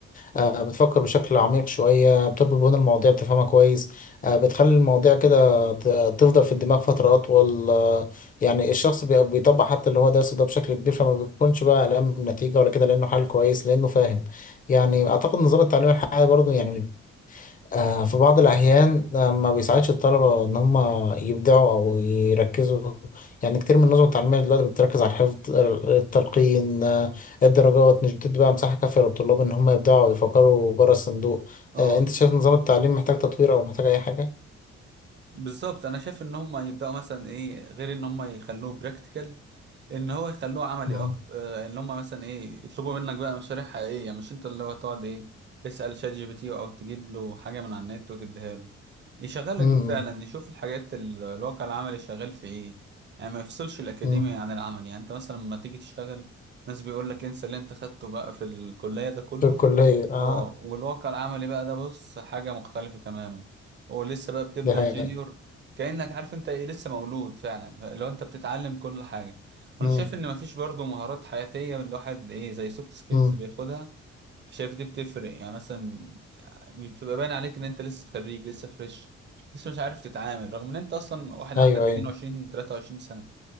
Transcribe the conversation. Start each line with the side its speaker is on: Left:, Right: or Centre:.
Left: آه، بتفكر بشكل عميق شوية بتربط بين المواضيع بتفهمها كويس آه، بتخلي المواضيع كده ت- تفضل في الدماغ فترة أطول آه، يعني الشخص بي- بيطبق حتى اللي هو درسه ده بشكل كبير فما بيكونش بقى قلقان من النتيجة ولا كده لأنه حل كويس لأنه فاهم يعني أعتقد نظام التعليم الحالي برضه يعني آه، في بعض الأحيان آه، ما بيساعدش الطلبة إن هم يبدعوا أو يركزوا يعني كتير من النظم التعليمية دلوقتي بتركز على الحفظ آه، التلقين آه، الدرجات مش بتدي بقى مساحة كافية للطلاب إن هم يبدعوا ويفكروا بره الصندوق
Right: اه
Left: آه، أنت شايف نظام التعليم محتاج تطوير أو محتاج أي حاجة؟
Right: بالظبط انا شايف ان هم يبداوا مثلا ايه غير ان هم يخلوه براكتيكال ان هو يخلوه عملي
Left: مم.
Right: اكتر ان هم مثلا ايه يطلبوا منك بقى مشاريع حقيقيه مش انت اللي هو تقعد ايه تسال شات جي بي تي او تجيب له حاجه من على النت وتديها له يشغلك
Left: مم.
Right: فعلا يشوف الحاجات ال- الواقع العملي شغال في ايه يعني ما يفصلش الاكاديمي
Left: مم.
Right: عن العمل يعني انت مثلا لما تيجي تشتغل ناس بيقول لك انسى اللي انت خدته بقى في الكليه ده كله
Left: في الكلية أه
Right: اه والواقع العملي بقى ده بص حاجة مختلفة تماما هو لسه بقى بتبدأ
Left: دي حقيقة
Right: جونيور كأنك عارف انت ايه لسه مولود فعلا لو انت بتتعلم كل حاجة
Left: مم.
Right: انا شايف ان مفيش برضو مهارات حياتية من الواحد ايه زي سوفت سكيلز
Left: مم.
Right: بياخدها شايف دي بتفرق يعني مثلا بتبقى باين عليك ان انت لسه خريج لسه فريش لسه مش عارف تتعامل رغم ان انت اصلا واحد
Left: أيوه
Right: عندك
Left: أيوه
Right: 22 23 سنة